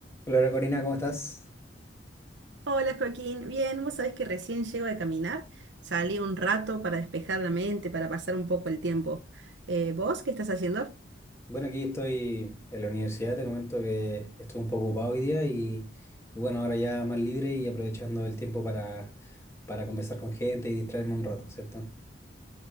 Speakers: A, on the left; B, on the right.
A: Hola Corina, ¿cómo estás?
B: Hola Joaquín, bien, vos sabés que recién llego de caminar, salí un rato para despejar la mente, para pasar un poco el tiempo. Eh, ¿vos qué estás haciendo?
A: Bueno, aquí estoy en la universidad, te comento que estuve un poco ocupado hoy día y, y bueno, ahora ya más libre y aprovechando el tiempo para, para conversar con gente y distraerme un rato, ¿cierto?